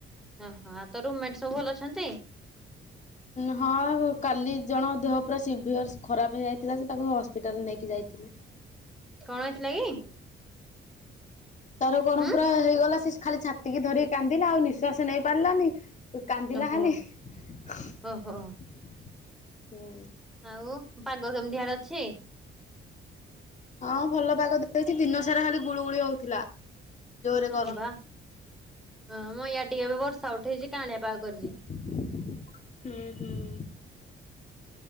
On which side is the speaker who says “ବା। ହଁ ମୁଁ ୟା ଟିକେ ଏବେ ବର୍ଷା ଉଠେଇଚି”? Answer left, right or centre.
Centre